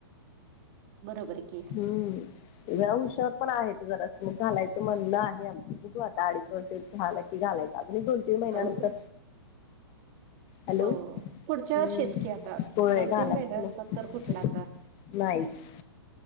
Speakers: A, on the right (about 35°); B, on the left (about 30°).
A: बरोबर ए कि
B: हम्म जरा हुशार पण आहे तो... जरा असं... मग घालायचं म्हणणं आहे आमचं... बघू आता... अडीच वर्षाचा झाला की घालायचं अगदी दोन तीन महिन्यानंतर...
A: हो.
B: हॅलो...
A: हो. पुढच्या
B: हुं...
A: वर्षीच की आता
B: होय.
A: दोन
B: घालायचं
A: तीन महिन्यानंतर
B: मग...
A: तर कुठलं आता.
B: नाहीच.